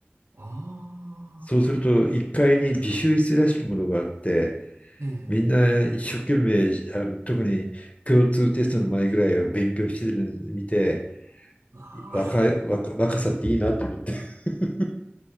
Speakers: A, on the right; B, on the left.
A: ああ、
B: そうすると、1階に自習室らしきものがあって、
A: ええ、
B: みんな一生懸命、あの、特に共通テストの前ぐらいは勉強してるのを見て、
A: あ
B: 若い、若、若さっていいなと思って。<laughs>